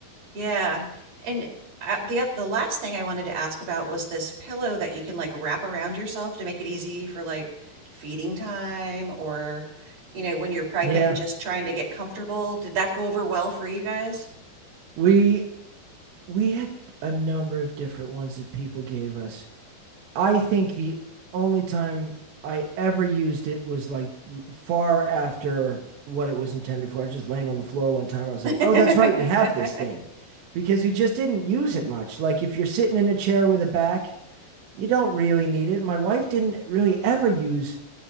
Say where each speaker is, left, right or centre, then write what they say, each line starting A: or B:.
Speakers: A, on the right; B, on the right.
A: Yeah. And uh, the oth- the last thing I wanted to ask about was this pillow that you can like wrap around yourself to make it easy for like feeding time or, you know, when you're pregnant
B: Yeah.
A: and just trying to get comfortable. Did that go over well for you guys?
B: We we had a number of different ones that people gave us. I think the only time I ever used it was like far after what it was intended for. I was just laying on the floor one time. I was
A: <laughs> hmm
B: like, oh, that's right. We have this thing because we just didn't use it much. Like if you're sitting in a chair with a back, you don't really need it. My wife didn't really ever use